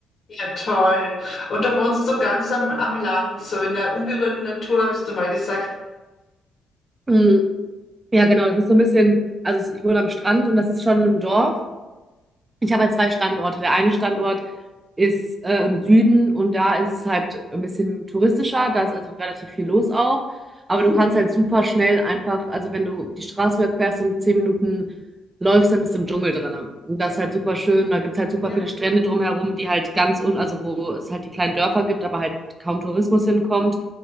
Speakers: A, on the left; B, on the right.
A: Ja, toll. Und du wohnst so ganz am, am Land, so in der unberührten Natur, hast du mal gesagt.
B: Mm, Ja, genau, das ist so ein bisschen, also ich wohne am Strand und das ist schon im Dorf. Ich habe halt zwei Standorte. Der eine Standort ist äh, im Süden und da ist es halt ein bisschen touristischer. Da ist also relativ viel los auch. Aber
A: Mhm.
B: du kannst halt super schnell einfach, also wenn du die Straße überquerst und zehn Minuten läufst, dann bist du im Dschungel drin. Und das ist halt super schön. Da gibt's halt super
A: Ja,
B: viele Strände drumherum, die halt ganz un, also wo es halt die kleinen Dörfer gibt, aber halt kaum Tourismus hinkommt.